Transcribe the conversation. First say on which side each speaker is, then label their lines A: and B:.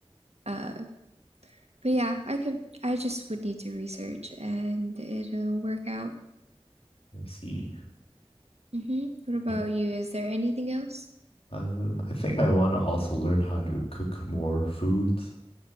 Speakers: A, on the right; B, on the left.
A: Uh but yeah, I could I just would need to research and it'll work out.
B: I see.
A: hmm What about
B: Yeah.
A: you? Is there anything else?
B: Uh, I think I want to also learn how to cook more foods.